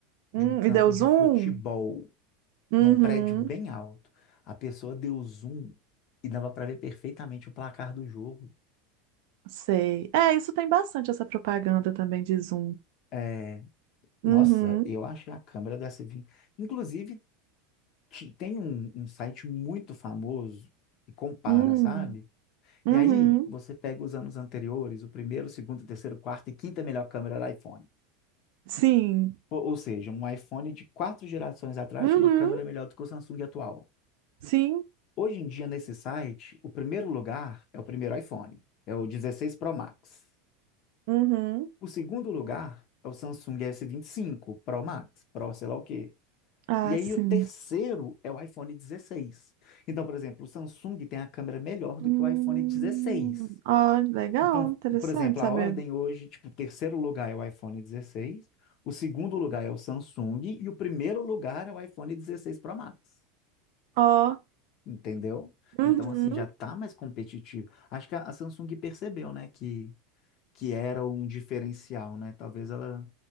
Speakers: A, on the right (about 65°); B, on the left (about 45°).
A: Hum,
B: de um campo
A: e deu
B: de
A: zoom?
B: futebol,
A: Uhum.
B: num prédio bem alto. A pessoa deu zoom e dava pra ver perfeitamente o placar do jogo.
A: Sei. É, isso tem bastante essa propaganda também de Zoom.
B: É,
A: Uhum.
B: nossa, eu achei a câmera do S20. Inclusive, ti- Tem um, um site muito famoso que compara,
A: Hum.
B: sabe?
A: Uhum.
B: E aí você pega os anos anteriores, o primeiro, o segundo, o terceiro, o quarto e quinta melhor câmera do iPhone.
A: Sim.
B: Ou, ou seja, um iPhone de quatro gerações atrás
A: Uhum.
B: tinha uma câmera melhor do que o Samsung atual.
A: Sim.
B: Hoje em dia, nesse site, o primeiro lugar é o primeiro iPhone, é o 16 Pro Max.
A: Uhum.
B: O segundo lugar é o Samsung S25 Pro Max, Pro sei lá o quê.
A: Ah,
B: E aí
A: sim.
B: o terceiro é o iPhone 16. Então, por exemplo, o Samsung tem a câmera melhor
A: Hum.
B: do que o iPhone 16.
A: Ó, legal,
B: Então,
A: interessante
B: por exemplo,
A: saber.
B: a ordem hoje, tipo, o terceiro lugar é o iPhone 16, o segundo lugar é o Samsung e o primeiro lugar é o iPhone 16 Pro Max.
A: Ó,
B: Entendeu?
A: uhum.
B: Então, assim, já tá mais competitivo. Acho que a a Samsung percebeu, né, que, que era um diferencial, né? Talvez ela,